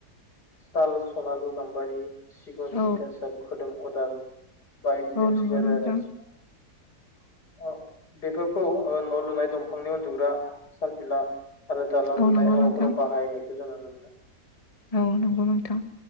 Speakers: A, on the left; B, on the left.
A: साल, सनालु, गाम्बारि, सिगुन,
B: औ
A: थिथासाब, खोदोम, अदाल, बायदिदोंसोगारो
B: औ नंगौ नोंथां
A: आरो बेफोरखौ ओ न' लुनाय दंफांनि उन्दुग्रा सारफिला आरो दालां
B: औ
A: लुनाय
B: नंगौ
A: हाबाफोराव
B: नोंथां
A: बाहायनायखौ जों नुनो मोनो।
B: औ नंगौ नोंथां